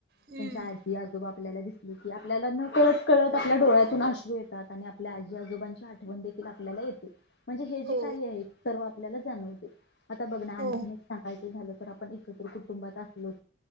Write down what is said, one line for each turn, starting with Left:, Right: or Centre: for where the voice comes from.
Right: हम्म
Left: आजी आजोबा आपल्याला दिसली की आपल्याला नकळत कळत आपल्या डोळ्यातून आश्रू येतात आणि आपल्या आजी आजोबांची आठवण देखील आपल्याला येते. म्हणजे हे जे
Right: हो
Left: काही आहे ते सर्व आपल्याला जाणवते आता बघ ना आणखी
Right: हो
Left: एक सांगायच <unintelligible> तर आता आपण एकत्र कुटुंबात असलो